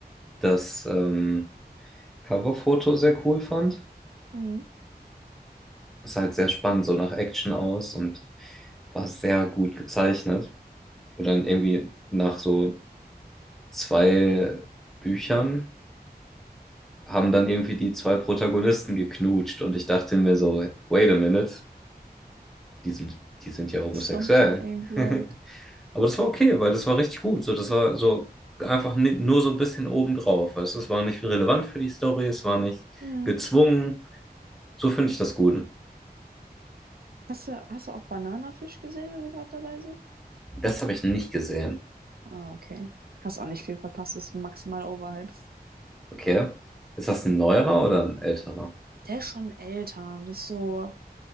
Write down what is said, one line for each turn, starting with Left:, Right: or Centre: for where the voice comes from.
Centre: das ähm, Coverfoto sehr cool fand.
Right: mm,
Centre: Es sah halt sehr spannend, so nach Action aus und war sehr gut gezeichnet. Und dann irgendwie nach so zwei Büchern haben dann irgendwie die zwei Protagonisten geknutscht und ich dachte mir so, wait a minute, die sind, die sind ja homosexuell.
Right: something ain't right.
Centre: <laughs> Aber das war okay, weil das war richtig gut. So, das war so einfach ni- nur so ein bisschen obendrauf. Weißt? du? Es war nicht relevant für die Story, es war nicht
Right: Mm.
Centre: gezwungen. So finde ich das gut.
Right: Hast du, hast du auch Bananafisch gesehen, wenn wir gerade dabei sind?
Centre: Das habe ich nicht gesehen.
Right: Ah, okay. Hast auch nicht viel verpasst, ist maximal overhyped.
Centre: Okay. Ist das ein neuerer oder ein älterer?
Right: Der ist schon älter. Das ist so,